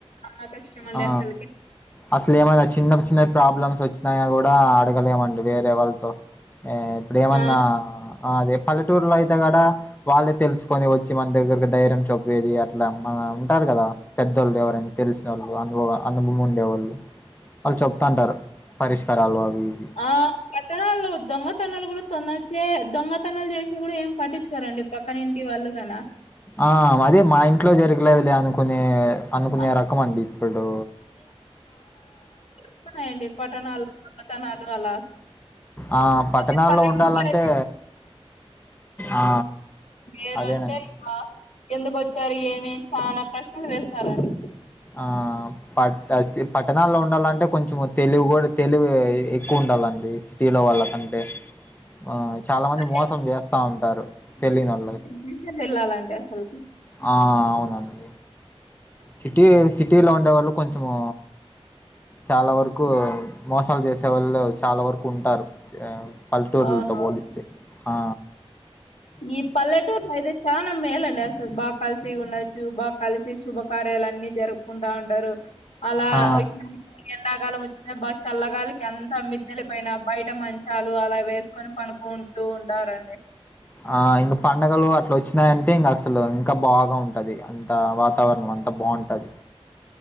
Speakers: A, on the left; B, on the left.
A: చాలా కష్టం అండి
B: ఆ
A: అసలుకి
B: అసలు ఏమైనా చిన్న చిన్న ప్రాబ్లమ్స్ వచ్చినాయా కూడా అడగలేమండి వేరే వాళ్ళతో ఆ ఇప్పుడు ఏమన్నా
A: ఆ
B: అదే పల్లెటూరులో అయితే కద వాళ్ళే తెలుసుకొని వచ్చి మన దగ్గరకి ధైర్యం చప్పేది అట్లా మన ఉంటారు కదా పెద్దవాళ్ళు ఎవరైనా తెలిసిన వాళ్ళు అనుభవ అనుభము ఉండేవాళ్ళు వాళ్ళు చెప్తుంటారు పరిష్కారాలు అవి ఇవి
A: ఆ పత <unintelligible> దొంగతనాలు కూడా తొందొచ్చే దొంగతనాలు చేసిన కూడా ఏం పట్టించుకోరండి పక్కన ఇంటి వాళ్ళు కన
B: ఆ అదే మా ఇంట్లో జరగలేదు లే అను కొని అనుకునే
A: ఆ,
B: రకం అండి ఇప్పుడు
A: జరుగుతూన్నాయండి పట్టణాలో దొంగతనాలు అలా
B: ఆ పట్టణాల్లో
A: అదే పల్లెటూరులో
B: ఉండాలంటే
A: అయితే
B: ఆ
A: లేేరు
B: అదేనండి
A: అంటే ఎందుకు వచ్చారు ఏమి చాలా ప్రశ్నలు వేస్తారండి
B: ఆ ప పట్టణాల్లో ఉండాలంటే కొంచెం తెలివి కూడా తెలివి ఎక్కువ ఉండాలండి సిటీలో వాళ్ల అంటే ఆ చాలా మంది
A: అంటే
B: మోసం చేస్తా ఉంటారు తెలియనొలని
A: మ <inaudible> వెళ్లాలండి అసలుకి
B: ఆ అవునండి సిటీ సిటీ లో ఉండే వాళ్ళు కొంచము చాలా వరకు మోసాలు చేసే వాళ్ళు చాలా వరకు ఉంటారు పల్లెటూరులతో
A: అవునవును
B: పోలిస్తే ఆ
A: ఈ పల్లెటూరులో అయితే చాలా మేలండి అసలు బాగా కలిసి ఉండొచ్చు బాగా కలిసి శుభకార్యాలన్ని జరుపు ఉంటా ఉంటారు అలా
B: ఆ
A: ఎండాకాలం వచ్చినా బా చల్లగాలికి అంతా మిద్దలపైన బయట మంచాలు అలా వేసుకొని పను ఉంటూ ఉంటారండి
B: ఆ ఇంకా పండగలు అట్లా వచ్చినాయంటే ఇంకా అసలు ఇంకా బాగా ఉంటది అంత వాతావరణం అంతా బాగుంటది